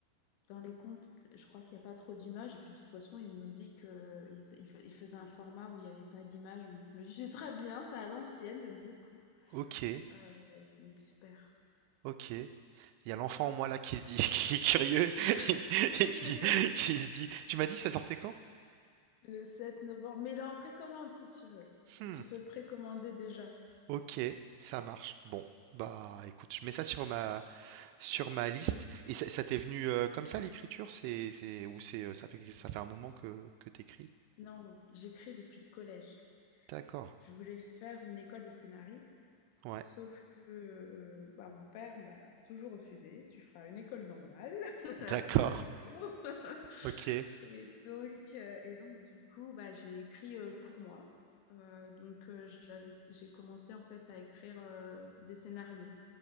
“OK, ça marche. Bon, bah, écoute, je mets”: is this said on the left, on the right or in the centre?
Right